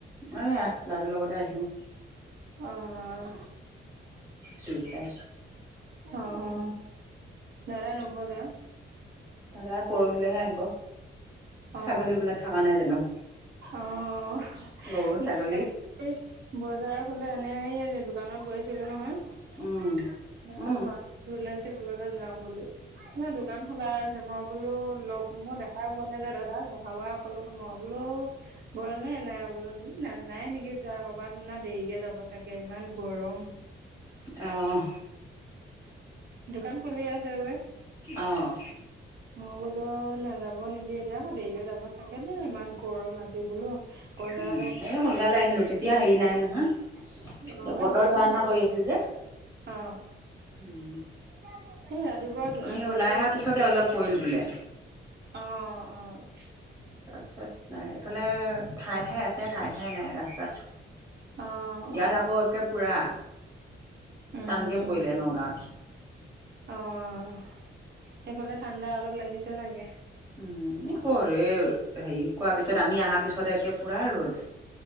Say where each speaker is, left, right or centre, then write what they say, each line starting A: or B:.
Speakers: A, on the right; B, on the right.
A: এ লৰাটো লগতে আহিলো।
B: অহ
A: দুয়োটাই
B: অহ দাদা নগ'লে।
A: দাদা পৰহিলৈহে আহিব
B: অ
A: ছাগলী বিলাক থকা নাই জানো।
B: অ মই
A: গৰু ছাগলী
B: আজি বজাৰৰ ফালে - এ দোকানত গৈছিলোঁ নহয় তাৰ
A: উম
B: পাছত
A: উম
B: মাক বোলে- একে লগতে যাম বুলি। এহ দোকান খোলা আছে মই বোলো লগ মই দেখাই পোৱা নাই যে দাদাক বহা বহা কলো মই বোলোঁ। বোলো গ'ল নে নাই বোলো নাই নাই নেকি যোৱা কৰ'বাত না দেৰিকে যাব চাগে ইমান ইমান গৰম
A: অহ
B: দোকান খুলি আছে যে
A: অহ
B: অ বোলো আৰু নাযাব নেকি এতিয়া আকৌ দেৰিকে যাব চাগে ন ইমান গৰম আজি বোলো। বজাৰতো
A: উম এ সোনকালে আহিলোঁ তেতিয়া হেৰি নাই নহয়। এ
B: অ
A: বতৰ
B: এই বৰষুণ
A: ধোৱা নিচিনা কৰি আছিল যে।
B: অ ৰাতিপুৱা
A: উম,
B: গৈছে
A: আমি
B: যে
A: ওলাই অহাৰ পিছতে অলপ পৰিল
B: অহ
A: বোলে
B: অহ
A: তাৰপিছত নাই এইফালে ঠায়ে ঠায়ে আছে। নে ঠাই ঠাই নাই ৰাস্তাত
B: অ
A: ইয়াত
B: অ
A: আকৌ একে পুৰা
B: উম
A: টানকে পৰিলে নগাঁৱত
B: অহ সেইফালে ঠাণ্ডা অলপ লাগিছে চাগে।
A: উম কৰে এই হেৰি কোৱা পিছত আমি অহাৰ পিছত একে পুৰা ৰ'দ।